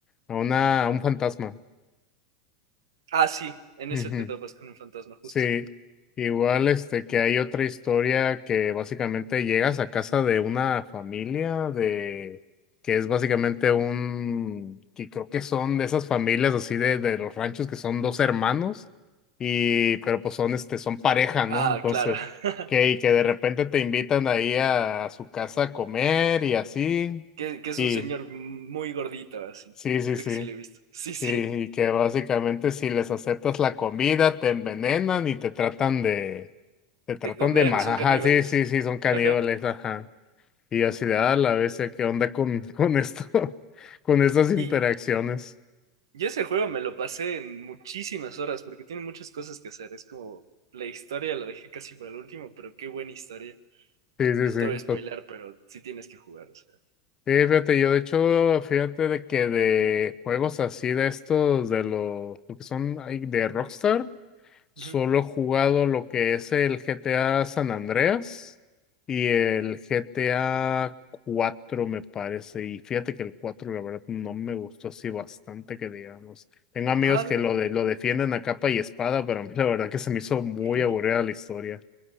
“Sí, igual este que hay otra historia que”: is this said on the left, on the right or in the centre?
Left